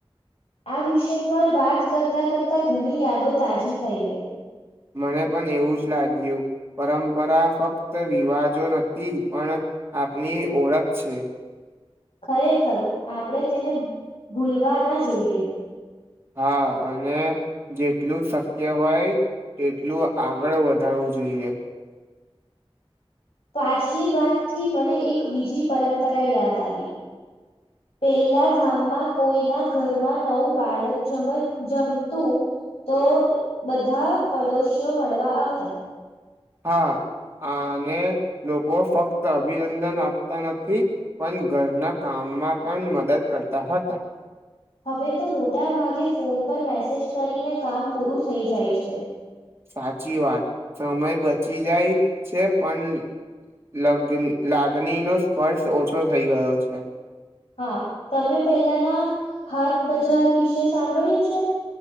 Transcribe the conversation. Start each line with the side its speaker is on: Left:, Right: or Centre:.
Left: આ વિષય પર વાત કરતા કરતા ઘણી યાદો તાજી થઈ ગઈ
Right: મને પણ એવું જ લાગ્યું પરંપરા ફક્ત રિવાજો નથી પણ આપની ઓળખ છે.
Left: ખરેખર આપણેે તેને ભૂલવા ના જોઈએ.
Right: હા અને જેટલું શક્ય હોય તેટલું આગળ વધારવું જોઈએ.
Left: પાછલી વાત થી મને એક બીજી પરંપરા યાદ આવી પેલા ગામમાં કોઈના ઘરમાં નવું બાળક જમ જમતું તો બધા પડોશીઓ મળવા આવતા
Right: હા અને લોકો ફક્ત અભિનંદન આપતા નથી પણ ઘરના કામમાં પણ મદદ કરતા હતા.
Left: હવે તો મોટા ભાગે ફોન પર મેસેજ કરીને કામ પૂરું થઈ જાય છે.
Right: સાચી વાત સમય બચી જાય છે પણ લગ લાગણી નો સ્પર્શ ઓછો થઈ ગયો છે.
Left: હા તમે પેલાના હાટ બજાર વિશે સાંભળ્યું છે.